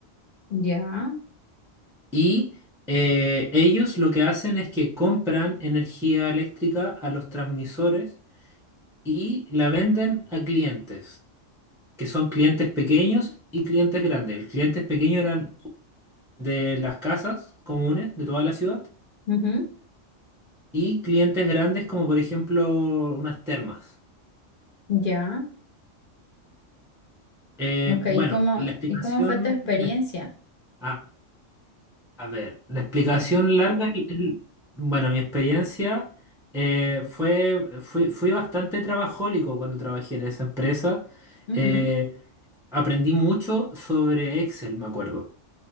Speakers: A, on the left; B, in the centre.
A: Ya,
B: Y eh, ellos lo que hacen es que compran energía eléctrica a los transmisores y la venden a clientes, que son clientes pequeños y clientes grandes. El clientes pequeño eran de las casas comunes de toda la ciudad
A: ujú,
B: y clientes grandes como por ejemplo unas termas.
A: ya.
B: Eh,
A: Ok,
B: bueno,
A: ¿y cómo,
B: la explicación,
A: y cómo fue tu experiencia?
B: la- a, a ver, la explicación larga, y- y- bueno, mi experiencia eh, fue, fui, fui bastante trabajólico cuando trabajé en esa empresa.
A: Ujú,
B: Eh, aprendí mucho sobre Excel, me acuerdo.